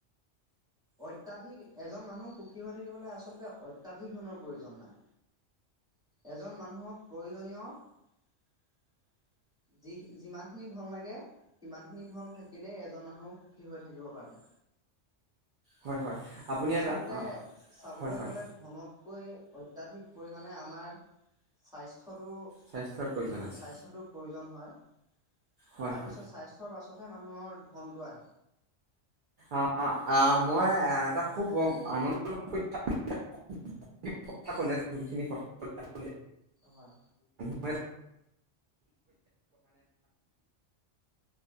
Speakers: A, in the centre; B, on the right (about 55°).
A: অত্যাধিক এজন মানুহ সুখী হৈ থাকিবলৈ আচলতে অত্যাধিক ধনৰ প্ৰয়োজন নাই এজন মানুহক প্ৰয়োজনীয় যি যিমান খিনি ধন লাগে ইমানখিনি ধন থাকিলে এজন মানুহ সুখী হৈ থাকিব পাৰে।
B: হয় হয় আপুনি
A: আচলতে
B: এটা অ,
A: চাবলৈ
B: হয় হয়
A: গ'লে ধনতকৈ অত তাত হি পৰিমাণে আমাৰ স্বাস্থ্যটো
B: স্বাস্থ্যৰ প্ৰয়োজন আছে
A: স্বাস্থ্যটোৰ প্ৰয়োজন হয় তাৰপিছত
B: হয় হয়
A: স্বাস্থ্যৰ পাছতহে মানুহৰ ফোনটো আহ
B: অ অ মই এটা খুব আনন্দ <unintelligible>
A: হয়
B: <unintelligible> <unintelligible> একদম